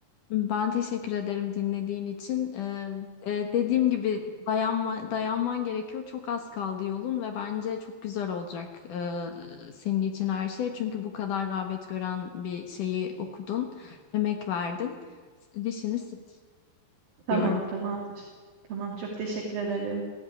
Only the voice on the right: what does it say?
Tamam,
tamamdır. Tamam, çok teşekkür ederim.